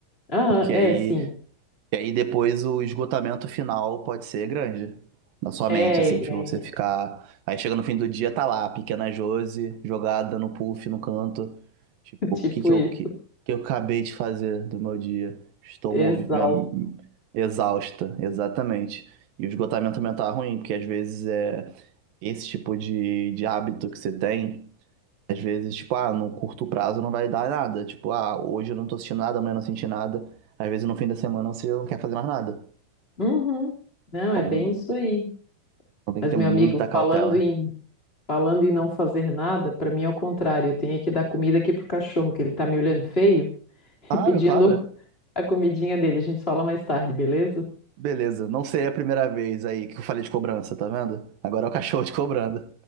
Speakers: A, on the left; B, on the right.
A: Ah,
B: Porque
A: é,
B: aí
A: sim.
B: E aí depois o esgotamento final pode ser grande na sua
A: É,
B: mente, assim,
A: é
B: tipo, você ficar. Aí chega no fim do dia, tá lá, a pequena Josi, jogada no puff, no canto. Tipo,
A: <laughs>
B: o
A: tipo
B: que que
A: isso.
B: eu, que, que eu acabei de fazer do meu dia? Estou
A: Exausto.
B: movi- minha- exausta, exatamente. E o esgotamento mental é ruim, porque às vezes é esse tipo de, de hábito que você tem às vezes, tipo, ah, no curto prazo não vai dar nada. Tipo, ah, hoje eu não tô sentindo nada, amanhã eu não assisti nada. Às vezes no fim da semana você não quer fazer mais nada.
A: Uhum. Não, é
B: Então,
A: bem isso aí.
B: então tem
A: Mas,
B: que ter
A: meu
B: muita
A: amigo, falando
B: cautela.
A: em falando em não fazer nada, para mim é o contrário. Eu tenho que dar comida aqui pro cachorro, que ele tá me olhando feio, <laughs>
B: Claro,
A: pedindo
B: claro.
A: a comidinha dele. A gente fala mais tarde, beleza?
B: Beleza, não seria a primeira vez aí que eu falei de cobrança, tá vendo? Agora é o cachorro te cobrando.